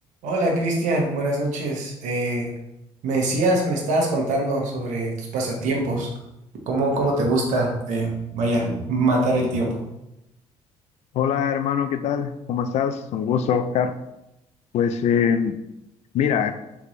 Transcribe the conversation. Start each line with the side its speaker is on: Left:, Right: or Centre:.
Right: Hola Cristian, buenas noches. Eh, me decías, me estabas contando sobre tus pasatiempos, cómo, cómo te gusta, eh, vaya, matar el tiempo.
Left: Hola hermano, ¿qué tal? ¿Cómo estás? Un gusto, Oscar. Pues eh, mira,